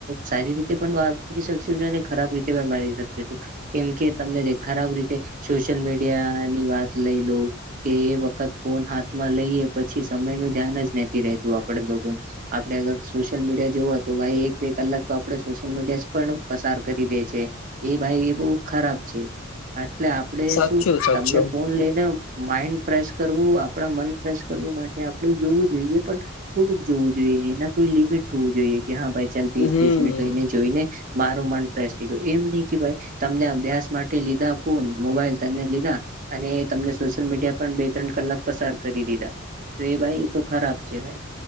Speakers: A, on the right; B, on the left.
A: સારી રીતે પણ વાપરી શકશો છો અને ખરાબ રીતે પણ વારી શકશ છો. કેમ કે તમને ખરાબ રીતે સોશિયલ મીડિયા ની વાત લઈ લો કે એ વતે ખત ફોન હાથ માં લઈએ પછી સમય નું ધ્યાન જ નથી રેતું આપણે લોકો. આપડે અગર સોશિયલ મીડિયા જોવા તો ભાઈ એક બે કલાક તો આપડે સોશિયલ મીડિયા જ પણ પસાર કરી દે છે. એ ભાઈ એ બહ ખરાબ છે એટલે <unintelligible>
B: સાચું સાચું
A: તમને ફોન લઈને માન્ડ ફેશ કરવું આપણા મન ફ્રેશ કરવું માટે આપણે જોવું જોઈએ પણ થોડુંક જોવું જોઈએ એના કોઈ લિમિટ હોવું જોઈએ કે હા ભાઈ ચાલ વીસ
B: હમ
A: ત્રીસ મિનિટ હો એને જોઈ ને મારું મન ફ્રેશ થઈ ગયું એમ નહિ કે ભાઈ તમને અભ્યાસ માટે લીધા ફોન મોબાઈલ તને લીધા અને તમને સોશિયલ મીડિયા પણ ત્રણ કલાક પસાર કરી દીધા તો એ ભાઈ એ તો ખરાબ છે ભાઈ.